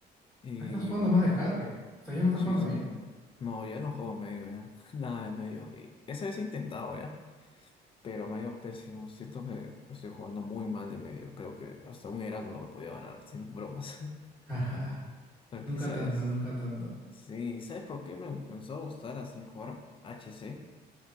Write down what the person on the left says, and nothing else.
Y
y
creo-
sí,
sí.
pues, No, ya no juego medio, ya. <laughs> Nada de medio. Y esa vez he intentado, ya, pero me ha ido pésimo. Siento que estoy jugando muy mal de medio. Creo que hasta un Heraldo no me podía ganar, sin bromas. <laughs>
Porque,
¿sabes?
Sí, ¿sabes por qué me empezó a gustar así jugar HC?